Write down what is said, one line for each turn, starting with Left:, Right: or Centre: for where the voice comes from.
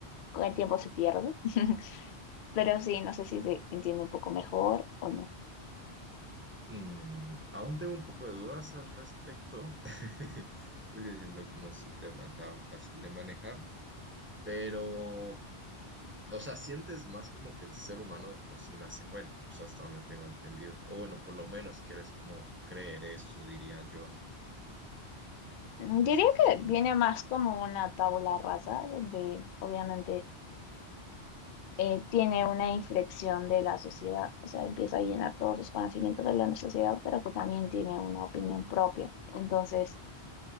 Left: con el tiempo se pierde. <laughs> Pero sí, no sé si se entiende un poco mejor o no.
Right: Mm, aún tengo un poco de dudas al respecto. <laughs> Es que siento que no es un tema tan fácil de manejar, pero, o sea, sientes más como que el ser humano de por sí nace bueno, o sea, hasta donde tengo entendido. O bueno, por lo menos quieres como creer eso, diría yo.
Left: Mm,
Right: No
Left: Diría
Right: sé si
Left: que
Right: estoy.
Left: viene más como una tabla rasa, donde obviamente eh, tiene una inflexión de la sociedad, o sea, empieza a llenar todos sus conocimientos de la sociedad, pero que también tiene una opinión propia. Entonces,